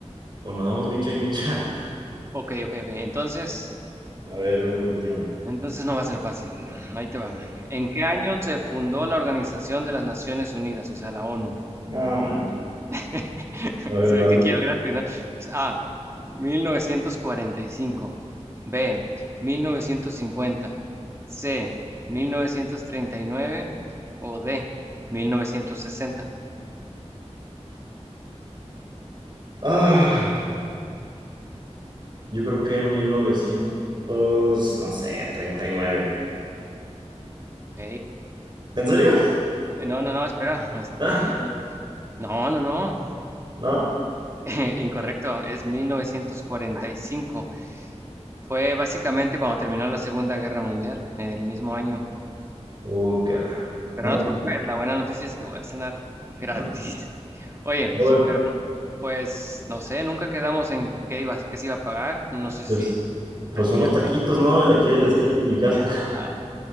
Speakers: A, on the right; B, on the right.
A: o nos damos micha y micha. <laughs>
B: Ok, ok, ok. Entonces,
A: A ver, última.
B: entonces no va a ser fácil. Ahí te va. ¿En qué año se fundó la Organización de las Naciones Unidas, o sea, la ONU?
A: No manches.
B: <laughs>
A: A ver,
B: Se
A: dale.
B: ve que quiero gratis, ¿no? A, 1945. B, 1950. C, 1939. O D, 1960.
A: Ah, yo creo que 1900, no sé, 39.
B: Ok.
A: ¿En serio?
B: No, no, no, espera. Este,
A: <laughs> ¿Ah?
B: no, no, no.
A: ¿No?
B: <laughs> Incorrecto. Es 1945. Fue básicamente cuando terminó la Segunda Guerra Mundial, el mismo año.
A: Uh, qué la.
B: Pero
A: No,
B: no te preocupes,
A: <laughs>
B: la buena noticia es que voy a cenar gratis.
A: no,
B: <laughs> Oye,
A: bueno,
B: pero no- pues no sé, nunca quedamos en qué iba, qué se iba a pagar. No sé
A: pues,
B: si
A: pues
B: prefieras.
A: unos taquitos,
B: <laughs>
A: ¿no? De aquí de la esquina de mi casa.
B: Ah,